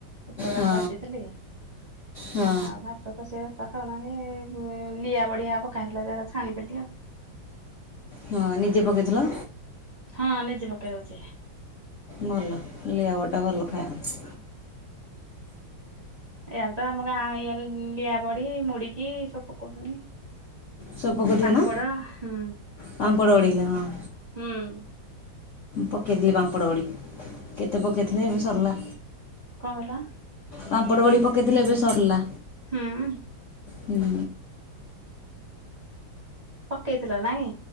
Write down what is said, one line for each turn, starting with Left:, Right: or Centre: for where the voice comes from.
Right: ପୁଟଳ
Left: ହଁ
Right: ଆଳୁ ଭାଜିଥିଲି
Left: ହଁ
Right: ଆଉ ଭାତ ତ ସେ ପାସ ନାହିଁ ବି ଲିଆ ବଢ଼ି‌‌ଆ ପକାହେଇଥିଲା ଯା ଏରା ଛାଣିଥିଲି ଆଉ।
Left: ହଁ ନିଜେ ପକେଇଥିଲ?
Right: ହଁ ନିଜେ ପକେଇଦୋଉଚି।
Left: ଭଲ ଲିଆ ବଟା ଭଲ ଫାଇନ।
Right: ଏଆଡ଼େ ତ ଆମ ଗାଁ ଏଆରେ ଲିଆ ବଢ଼ି ମୁଡି଼କି ସବୁ ପକଉଚନି।
Left: ସବୁ ପକଉଥିବେ
Right: ପାମ୍ପଡ଼
Left: ନା
Right: ହୁଁ
Left: ପାମ୍ପଡ଼ ବଢ଼ିଲେ ହଁ।
Right: ହୁଁ।
Left: ପକେଇଥିଲି ପାମ୍ପଡ଼ ବଡ଼ି କେତେ ପକାଇଥିଲେ ଏବେ ସରଲା।
Right: କଁ କହିଲ?
Left: ପାମ୍ପଡ଼ ବଡ଼ି ପକେଇଥିଲେ ଏବେ ସରିଲା
Right: ହୁଁ
Left: ହୁଁ।
Right: ପକେଇଥିଲ ନାଇଁ